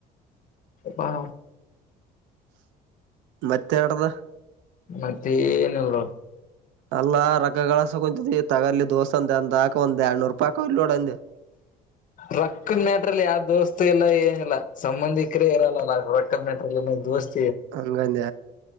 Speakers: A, on the left (about 45°); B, on the right (about 80°).
A: ಹಾ
B: ಮತ್ತೆಡದಾ
A: ಮತ್ತೆ ಏನಲ್
B: ಅಲ್ಲಾ ರಕ್ಗಳಸ ಕುಂಂತತಿ ತಗಲಿ ದೋಸ ಅಂದ ಅಂದಾಕ ಒಂದ್ ಎರಡ್ನೂರ್ ರೂಪಾಯಿಕ ಇಲ್ ನೋಡಂದ <inaudible>
A: ರೊಕ್ಕದ ಮ್ಯಾಟ್ರಲ್ಲಿ ಯಾವ ದೋಸ್ತ ಎಲ್ಲ ಏನಿಲ್ಲ ಸಂಬಂಧಿಕರೇ ಇರಲ್ಲಲ್ಲ ರೊಕ್ಕ ಮ್ಯಾಟ್ರಲ್ಲಿ ದೋಸ್ತ್
B: ಹಂಗಂತ